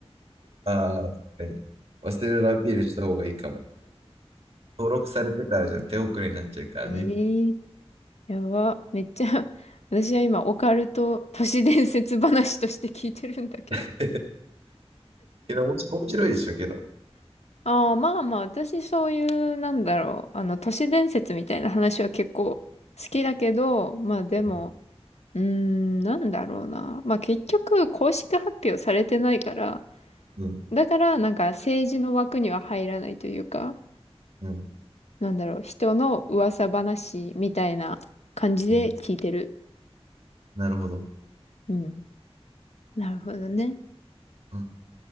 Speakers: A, on the right; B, on the left.
A: ああ、確かに。忘れるアピールした方がいいかも。登録されてからじゃ手遅れになっちゃうからね。
B: ええー。やば。めっちゃ <laughs> 私は今、オカルト都市伝説話として聞いてるんだけど。
A: <laughs> けど、面白いでしょ、けど。
B: <laughs> ああ、まあまあ、私そういう、なんだろう。あの、都市伝説みたいな話は結構好きだけど、まあでも、
A: うん、
B: うーん、なんだろうな。まあ結局、公式発表されてないから、
A: うん、
B: だから、なんか政治の枠には入らないというか、
A: うん。
B: なんだろう、人の噂話みたいな感じで聞いてる。
A: うんなるほど。
B: うん。なるほどね。
A: あ、